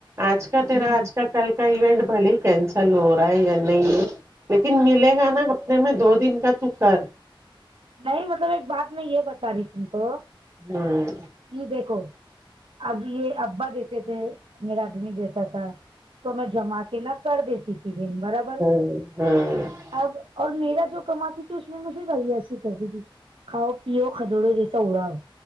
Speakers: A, on the right (about 35°); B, on the right (about 85°).
A: آج کا تیرا
B: ہ
A: آج کا کل کا ایونٹ بھلے ہی کینسل ہو رہا ہے نئی میں لیکن ملے گا نا اپنے میں دو دن کا تو کر
B: نہیں مطلب ایک بات میں یہ بتا رہی تم کو
A: ہوں
B: کہ دیکھو اب یہ ابا دیتے تھے میرا ادمی دیتا تھا تو میں جما کے نہ کر دیتی تھی برابر
A: ہاں
B: اب اور میرا جو کماتی تھی اس میں مجھے کھؤ پیو کھدڑو جیسا اڑاؤ